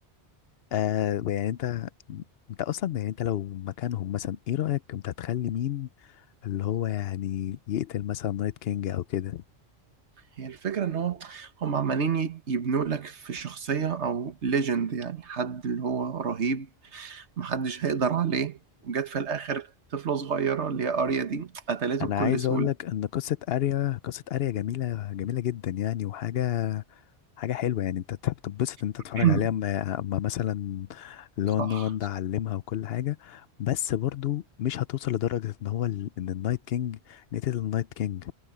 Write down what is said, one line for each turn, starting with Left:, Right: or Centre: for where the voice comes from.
Left: آه يعني انت انت اصلا يعني انت لو مكانهم مثلا ايه رأيك انت تخلي مين اللي هو يعني يقتل مثلا نايت كينج او كده
Right: هي الفكرة إن هو هم عمالين ي- يبنوا لك في شخصية أو ليجند يعني حد اللي هو رهيب محدش هيقدر عليه وجت في الآخر طفلة صغيرة اللي هي أريا دي قتلته
Left: انا
Right: بكل
Left: عايز
Right: سهولة
Left: اقول لك ان قصه اريا قصه اريا جميله جميله جدا يعني وحاجه حاجه حلوه يعني انت تحب تتبسط ان انت
Right: <clears throat>
Left: تتفرج عليها اما أما مثلا اللي
Right: صح
Left: هو نو وان ده علمها وكل حاجه بس برضو مش هتوصل لدرجه ان هو ال... ان النايت كينج نتيجة النايت كينج